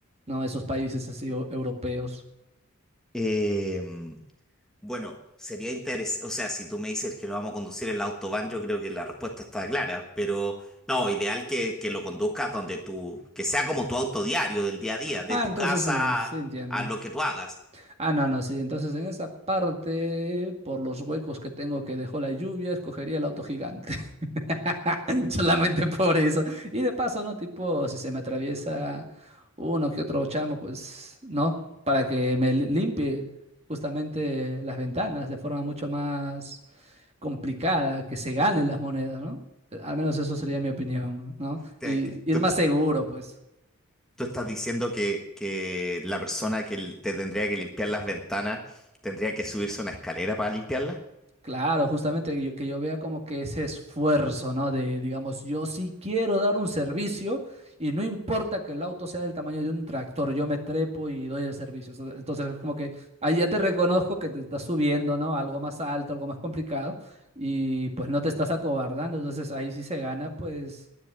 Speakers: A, on the right; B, in the centre.
A: no, esos países así o- europeos?
B: Em, Bueno, sería interesante, o sea, si tú me dices que lo vamos a conducir en el autobahn, yo creo que la respuesta está clara, pero no, ideal que, que lo conduzcas donde tú, que sea como tu auto diario del día a día, de
A: Ah,
B: tu
A: entonces,
B: casa
A: eh, sí entiendo.
B: a, lo que tú hagas.
A: Ah, no, no, sí. Entonces, en esa parte, por los huecos que tengo que dejó la lluvia, escogería el auto gigante. <laughs> Solamente por eso. Y de paso, ¿no? Tipo, si se me atraviesa uno que otro chamo, pues, ¿no? Para que me li- limpie justamente las ventanas de forma mucho más complicada, que se ganen las monedas, ¿no? Al menos eso sería mi opinión, ¿no?
B: Te-
A: Y
B: que-
A: ir
B: Tú,
A: más
B: est-
A: seguro, pues.
B: tú estás diciendo que, que la persona que l- te tendría que limpiar las ventanas tendría que subirse a una escalera para limpiarlas.
A: Claro, justamente yo- que yo vea como que ese esfuerzo, ¿no? De, digamos, yo sí quiero dar un servicio y no importa que el auto sea del tamaño de un tractor, yo me trepo y doy el servicio. Entonces, entonces es como que ahí ya te reconozco que te estás subiendo, ¿no? a Algo más alto, algo más complicado y pues no te estás acobardando. Entonces ahí sí se gana, pues,